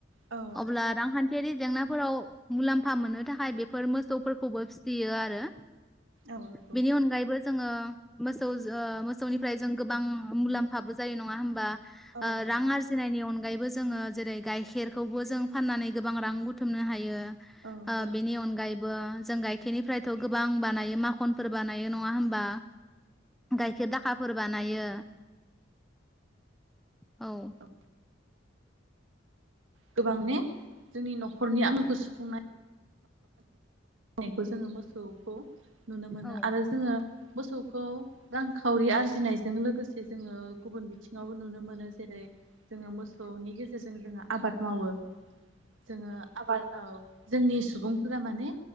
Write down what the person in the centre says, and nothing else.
अब्ला रांखान्थि थियारि जेंनाफोराव मुलाम्फा मोननो थाखाय बेफोर मोसौफोरखौबो फिसियो आरो।
बेनि अनगायैबो जोङो मोसौ जो ओ मोसौनिफ्राय जों गोबां मुलाम्फाबो जायो नङा होमबा?
ओ
रां आरजिनायनि अन दायोबो जोङो जेरै गाइखेरखौबो जों फाननानै गोबां रां बुथुमनो हायो।
ओ
बेनि अनगायैब बो जों गाइखेरनिफ्रायथ' गोबां बानायो माख'नफोर बानायो नङा होम बा गायखेर दाखाफोर बानायो औ।
औ